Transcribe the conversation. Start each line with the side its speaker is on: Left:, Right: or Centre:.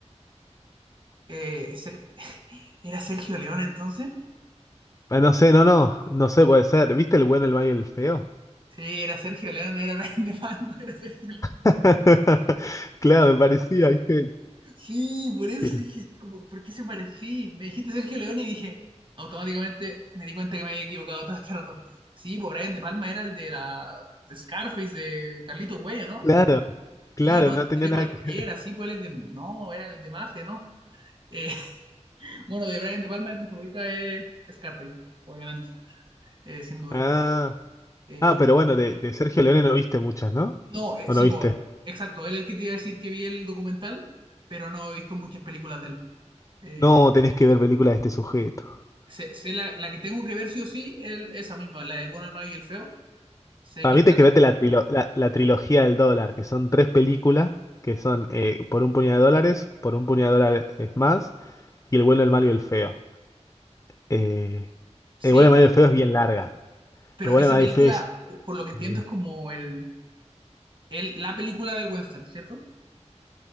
Right: Eh, ¿Era Sergio León entonces?
Left: Ah, no sé, no, no, no sé, puede ser. ¿Viste El bueno, el malo y el feo?
Right: Sí, era Sergio León, era Brian De Palma, era Sergio León.
Left: <laughs> Claro, me parecía, dije,
Right: Sí, por eso
Left: pero
Right: dije, como, ¿por qué se parecía? Me dijiste Sergio León y dije, automáticamente me di cuenta que me había equivocado todo este rato. Sí, pues Brian De Palma era el de la de Scarface, de Carlitos Güey, ¿o ¿no?
Left: claro, claro,
Right: Sí, no,
Left: no
Right: tiré
Left: tenía nada
Right: cualquiera,
Left: que...
Right: sí, pues él es de, no, era el de Mafia, ¿no? Eh, <laughs> bueno, de Brian De Palma, mi favorita es Scarface, obviamente, eh, sin duda.
Left: Ah,
Right: Eh,
Left: ah, pero bueno, de, de Sergio Leone no viste muchas, ¿no?
Right: No, eh,
Left: ¿O
Right: sí,
Left: no viste?
Right: po, exacto. Él es el que te iba a decir que vi el documental, pero no he visto muchas películas de él. Eh,
Left: No, tenés que ver películas de este sujeto.
Right: sé- sé la, la que tengo que ver sí o sí, el- esa misma, la del bueno, el malo y el feo. Sé
Left: Para
Right: que
Left: mí
Right: está
Left: te quedaste
Right: con...
Left: la, trilo- la, la trilogía del dólar, que son tres películas, que son eh, Por un puñado de dólares, Por un puñado de dólares más, y El bueno, el malo y el feo. Eh,
Right: Sí,
Left: eh, Buena María Feo es bien larga.
Right: pero
Left: Pero Buena
Right: esa
Left: María
Right: película,
Left: del Feo es.
Right: po- por lo que entiendo,
Left: eh,
Right: es como el, el- la película del western, ¿cierto?